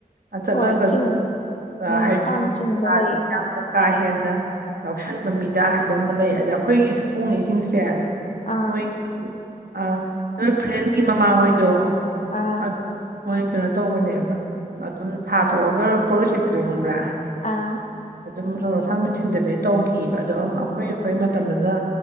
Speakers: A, on the right (about 85°); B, on the left (about 55°).
A: <unintelligible>
B: ꯍꯣꯏ ꯆꯤꯡ ꯎꯝ ꯀꯥꯡ ꯆꯤꯡꯕ ꯂꯩꯌꯦ
A: ꯀꯥ ꯍꯦꯟꯅ ꯌꯥꯎꯁꯟꯕ ꯃꯤꯗꯥ ꯍꯥꯏꯕ ꯑꯃ ꯂꯩ ꯑꯗ ꯑꯩꯈꯣꯏꯒꯤ ꯍꯣꯡꯉꯤꯁꯤꯡꯁꯦ
B: ꯑꯥ
A: ꯃꯣꯏ ꯑ ꯅꯣꯏ ꯐ꯭ꯔꯦꯟꯒꯤ ꯃꯃꯥꯍꯣꯏꯗꯣ
B: ꯑꯥ
A: ꯑꯗꯨ ꯃꯣꯏ ꯀꯩꯅꯣ ꯇꯧꯕꯅꯦꯕ ꯑꯗꯨꯝ ꯊꯥ ꯊꯣꯛꯑꯒ ꯄꯣꯠꯂꯣꯏ ꯁꯦꯠꯄꯤꯗꯣ ꯈꯪꯕ꯭ꯔꯥ
B: ꯑꯥ
A: ꯑꯗꯨꯝ ꯆꯟꯗꯣꯟ ꯑꯁꯥꯡ ꯃꯤꯊꯤꯟꯗꯕꯤ ꯇꯧꯈꯤꯕ ꯑꯗꯣ ꯑꯩꯈꯣꯏ ꯑꯩꯈꯣꯏ ꯃꯇꯝꯗꯨꯅ